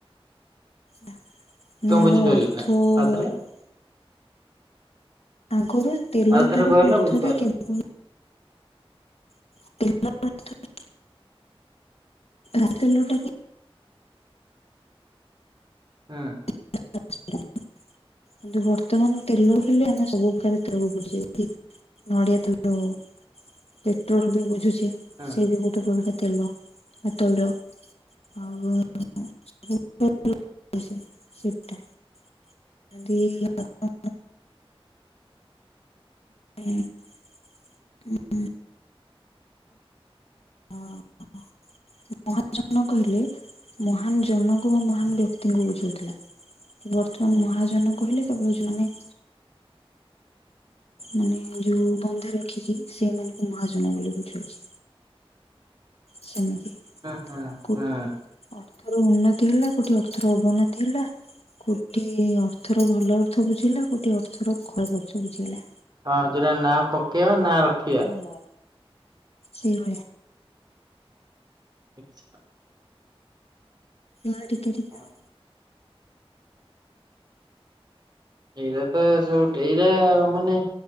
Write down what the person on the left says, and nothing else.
ମାନେ
ଏହାର
ଅର୍ଥ
ଅ
ଆଗରୁ ତେଲଟା
ର
ଅର୍ଥ
ଟା କେମିତି <inaudible> ରାଶି ତେଲ ଟା ବି
<inaudible> କିନ୍ତୁ ବର୍ତ୍ତମାନ ତେଲ ହେଲେ ଆମେ ସବୁ ପ୍ରକାର ତେଲକୁ ବୁଝେଇବୁ। ନଡିଆ ତଲ ହଉ ପେଟ୍ରୋଲ ବି ବୁଝୁଛେ
ସିଏ ବି ଗୋ <inaudible> ବା ତୈଳ। ଆଉ <inaudible> ଆ <inaudible> ହ ହୁଁ <inaudible> ମହାଜନ କହିଲେ ମହାନ ଜନଙ୍କୁ ମୁଁ ମହାନ
ବ୍ୟକ୍ତିଙ୍କୁ ବୁଝଉଥିଲା। କିନ୍ତୁ ବର୍ତ୍ତମାନ ମହାଜନ କହିଲେ କେବଳ ଯୋଉମାନେ- ମାନେ ଯୋଉ ବନ୍ଧା ରଖିକି ସେଇମାନଙ୍କୁ ମହାଜନ ବୋଲି ବୁଝଉଛି। ସେମିତି
କୋଉଠି
ଅର୍ଥର ଉନ୍ନତି ହେଲା କୋଉଠି ଅର୍ଥର ଅବନତି ହେଲା କଉଠି ଅର୍ଥର ଭଲ ଅର୍ଥ ବୁଝିହେଲା କଉଠି ଅର୍ଥର ଖରାପ ଅର୍ଥ ବୁଝିହେଲା।
ହେଲୋ। ସେଇଭଳିଆ।
ହଁ ଟିକେ ଟିକେ
ଆଉ।